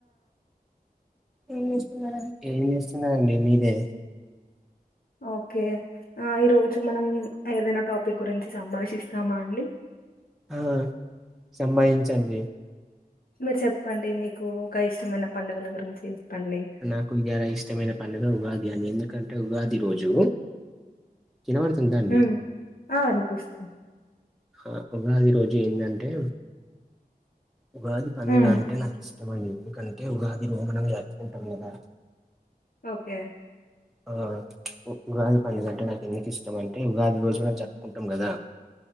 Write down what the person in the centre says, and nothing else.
ఏం చేస్తున్నరండి
ఆ సంభాషించండి
నాకు ఇయల ఇష్టమైన పండుగ ఉగాది అండి ఎందు కంటె ఉగాది రోజు వినబడుతుందా అండి
ఆ ఉడాది రోజు ఏందంటే ఉగాది పండుగ
అంటే నాకు ఇష్టమండి ఎందుకంటే ఉగాది లో మనం జరుపుకుంటాం కదా
ఆ ఉ-ఉగాది పండుగంటే నాకు ఎందుకు ఇష్టం అంటే ఉగాది రోజు మనం జప్పుకుంటాం కదా